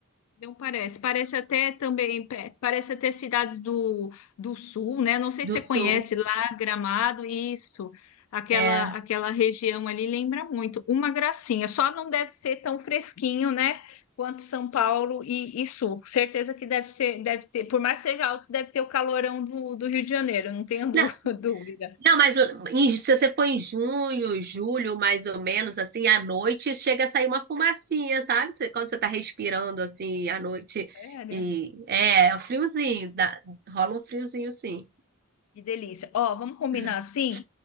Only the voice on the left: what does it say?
Não parece. Parece até também, pe- parece até cidades do, do sul, né? Não sei
se você
conhece lá, Gramado, isso. Aquela,
aquela região ali lembra muito. Uma gracinha. Só não deve ser tão fresquinho, né? Quanto São Paulo e, e sul. Certeza que deve ser, deve ter, por mais que seja alto, deve ter o calorão do, do Rio de Janeiro, não tenho dú-
<laughs> dúvida.
É, né?
Que delícia. Ó, vamos combinar
assim?